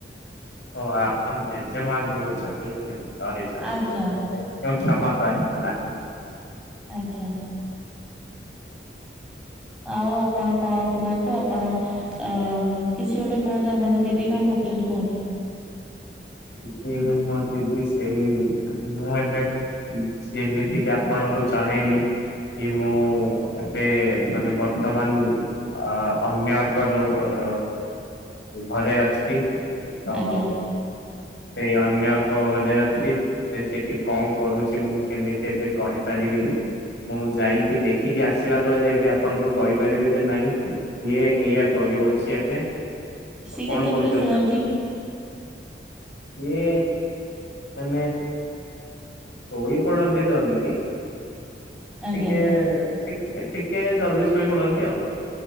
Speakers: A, on the left; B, in the centre.
A: ଓହ ଆପଣ ଜେଜେମାଙ୍କୁ ବୁଝଉଥିଲେ ଥିଲେ ସରି ସରି।
B: ଆଜ୍ଞା
A: <unintelligible> କ୍ଷମା ପ୍ରାର୍ଥନା।
B: ଆଜ୍ଞା। ଆଉ ଆପଣ କଣ କୁହନ୍ତୁ ଆପଣ ଅ କିଛି ଗୋଟେ କୁହନ୍ତୁ ଆପଣଙ୍କ ଦିଦି କଣ କରୁଚନ୍ତି କୁହନ୍ତୁ।
A: ଦିଦି ମୋ ଦିଦି ସେଇ ମୁଁ ଏବେ ଯେମିତି କି ଆପଣଙ୍କୁ ଚଣେଇଲି। କି ମୋ ଏବେ ମାନେ ବର୍ତ୍ତମାନ ଅ ଅନ୍ୟ ଏକ ରୁମ ଅ ଘରେ ଅଛି। ତ
B: ଆଜ୍ଞା
A: ସେ ଅନ୍ୟ ଏକ ଘରେ ଅଛି ସେ ସେଠି କଣ କରୁଚି ମୁଁ କେମିତି ଏବେ କହିପାରିବିନି? ମୁଁ ଯାଇକି ଦେଖିକି ଆସିଲା ପରେ ଯାଇକି ଆପଣଙ୍କୁ କହିପାରିବି ଯେ ନାଇଁ ଇଏ ଏଇଆ କରି ଅଛି ଏବେ ଆଉ
B: ସିଏ
A: ତ
B: କେତେବେଳେ
A: କଣ କହୁଚନ୍ତି
B: ଶୁଅନ୍ତି
A: ଆପଣ? ଇଏ ମାନେ ଶୋଇପଡନ୍ତି ଜଲଦି
B: ଆଜ୍ଞା
A: ଟିକେ ଟିକେ ଟିକେ ଜଲଦି ଶୋଇପଡନ୍ତି ଆଉ।